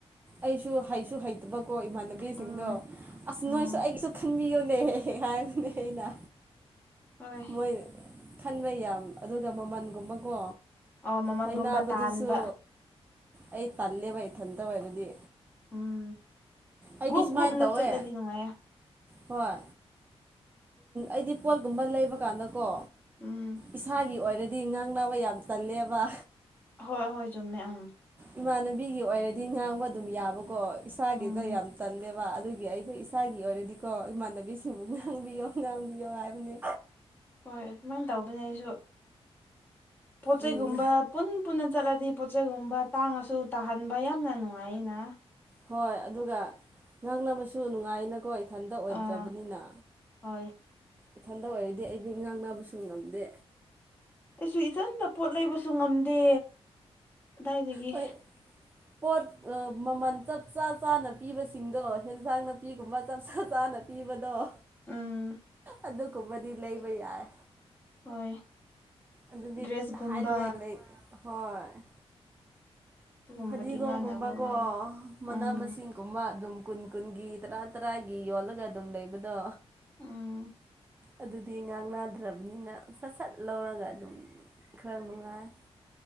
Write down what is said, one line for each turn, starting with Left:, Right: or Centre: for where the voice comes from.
Right: ꯑꯩꯁꯨ ꯍꯥꯏꯁꯨ ꯍꯩ ꯅꯠꯇꯕꯀꯣ ꯏꯃꯥꯟꯅꯕꯤꯁꯤꯡꯗꯣ
Left: ꯎꯝ
Right: ꯑꯁ
Left: ꯎꯝ
Right: ꯅꯣꯏꯁꯨ ꯑꯩꯒꯤꯁꯨ ꯈꯟꯕꯤꯌꯣꯅꯦꯍꯦ ꯍꯥꯏꯅ ꯍꯥꯢꯅ
Left: ꯍꯣꯏ
Right: ꯃꯣꯏ ꯈꯟꯕ ꯌꯥꯝ ꯑꯗꯨꯒ ꯃꯃꯟꯒꯨꯝꯕꯀꯣ
Left: ꯑꯣ ꯃꯃꯜꯒꯨꯝꯕ
Right: ꯍꯥꯏꯅꯕꯗꯨꯁꯨ
Left: ꯇꯥꯍꯟꯕ
Right: ꯑꯩ ꯇꯜꯂꯦꯕ ꯏꯊꯟꯇ ꯑꯣꯏꯔꯗꯤ
Left: ꯎꯝ
Right: ꯑꯩꯗꯤ
Left: ꯒ꯭ꯔꯨꯞ
Right: ꯁꯨꯃꯥꯏꯅ
Left: ꯒ꯭ꯔꯨꯞꯅ
Right: ꯇꯧꯋꯦ
Left: ꯆꯠꯂꯗꯤ ꯅꯨꯡꯉꯥꯏꯌꯦ
Right: ꯍꯣꯏ ꯑꯩꯗꯤ ꯄꯣꯠꯀꯨꯝꯕ ꯂꯩꯕ ꯀꯥꯟꯗ ꯀꯣ
Left: ꯎꯝ
Right: ꯏꯁꯥꯒꯤ ꯑꯣꯏꯔꯗꯤ ꯉꯥꯡꯅꯕ ꯌꯥꯝ ꯇꯜꯂꯦꯕ
Left: ꯍꯣꯏ ꯍꯣꯏ ꯆꯨꯝꯃꯦ ꯎꯝ
Right: ꯏꯃꯥꯟꯅꯕꯤꯒꯤ ꯑꯣꯏꯔꯗꯤ ꯉꯥꯡꯕ ꯑꯗꯨꯝ ꯌꯥꯕꯀꯣ ꯏꯁꯥꯒꯤꯗ
Left: ꯎꯝ
Right: ꯌꯥꯝ ꯇꯜꯂꯦꯕ ꯋꯥ ꯑꯗꯨꯒꯤ ꯑꯩꯗꯣ ꯏꯁꯥꯒꯤ ꯑꯣꯏꯔꯗꯤꯀꯣ ꯏꯃꯥꯟꯅꯕꯤꯁꯤꯡꯕꯨ ꯉꯥꯡꯕꯤꯌꯣ ꯉꯥꯡꯕꯤꯌꯣ ꯍꯥꯏꯕꯅꯦ
Left: ꯍꯣꯏ ꯑꯗꯨꯃꯥꯏꯅ ꯇꯧꯕꯅꯦ ꯑꯩꯁꯨ ꯄꯣꯠ ꯆꯩꯩ
Right: ꯎꯝ
Left: ꯒꯨꯝꯕ ꯄꯨꯟ ꯄꯨꯟꯅ ꯆꯠꯂꯗꯤ ꯄꯣꯠꯆꯩꯒꯨꯝꯕ ꯇꯥꯡꯉꯁꯨ ꯇꯥꯍꯟꯕ ꯌꯥꯝꯅ ꯅꯨꯡꯉꯥꯏꯌꯦꯅꯥ
Right: ꯍꯣꯏ ꯑꯗꯨꯒ ꯉꯥꯡꯅꯕꯁꯨ ꯅꯨꯡꯉꯥꯏꯅꯀꯣ ꯏꯊꯟꯇ ꯑꯣꯏꯗ꯭ꯔꯕꯅꯤꯅ
Left: ꯑꯥ ꯍꯣꯏ
Right: ꯏꯊꯟꯗ ꯑꯣꯏꯔꯗꯤ ꯑꯩꯗꯤ ꯉꯥꯡꯅꯕꯁꯨ ꯉꯝꯗꯦ
Left: ꯑꯩꯁꯨ ꯏꯊꯟꯇ ꯄꯣꯠ ꯂꯩꯕꯁꯨ ꯉꯝꯗꯦ ꯀꯗꯥꯏꯗꯒꯤ
Right: ꯍꯣꯏ ꯄꯣꯠ ꯃꯃꯜ ꯆꯞ ꯆꯥ ꯆꯥꯅ ꯄꯤꯕꯁꯤꯡꯗꯣ ꯑꯦꯟꯁꯥꯡ ꯅꯥꯄꯤꯒꯨꯝꯕ ꯆꯞ ꯆꯥ ꯆꯥꯅ ꯄꯤꯕꯗ‌ꯣ
Left: ꯎꯝ
Right: ꯑꯗꯨꯒꯨꯝꯕꯗꯤ ꯂꯩꯕ ꯌꯥꯏ
Left: ꯍꯣꯏ
Right: ꯑꯗꯨꯗꯤ
Left: ꯗ꯭ꯔꯦꯁꯀꯨꯝꯕ
Right: ꯍꯥꯏꯅꯉꯥꯏ ꯂꯩ ꯍꯣꯏ
Left: ꯑꯗꯨꯒꯨꯝꯕꯗꯤ
Right: ꯐꯗꯤꯒꯣꯝ
Left: ꯉꯥꯡꯅꯕ
Right: ꯒꯨꯝꯕꯀꯣ
Left: ꯋꯥꯏꯌꯦ ꯎꯝ
Right: ꯃꯅꯥ ꯅꯨꯡꯁꯤꯡ ꯀꯨꯝꯕ ꯑꯗꯨꯝ ꯀꯨꯟ ꯀꯨꯟꯒꯤ ꯇꯔꯥ ꯇꯔꯥꯒꯤ ꯌꯣꯜꯂꯒ ꯑꯗꯨꯝ ꯂꯩꯕꯗꯣ
Left: ꯎꯝ
Right: ꯑꯗꯨꯗꯤ ꯉꯥꯡ ꯅꯥꯗ꯭ꯔꯕꯅꯤꯅ ꯁꯠ ꯁꯠ ꯂꯧꯔꯒ ꯑꯗꯨꯝ ꯈꯔ ꯅꯨꯡꯉꯥꯏ